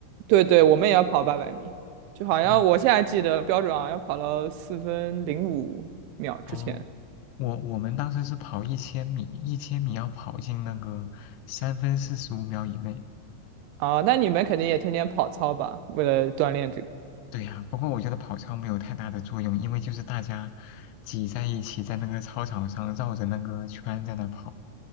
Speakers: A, on the right; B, on the left.
A: 对对，我们也要跑八百米，就好像我现在记得标准好像要跑到四分零五秒之前
B: 哦哦，我我们当时是跑一千米，一千米要跑进那个三分四十五秒以内。
A: 啊。那你们肯定也天天跑操吧？为了锻炼这个。
B: 对呀，不过我觉得跑操没有太大的作用，因为就是大家挤在一起，在那个操场上绕着那个圈在那跑，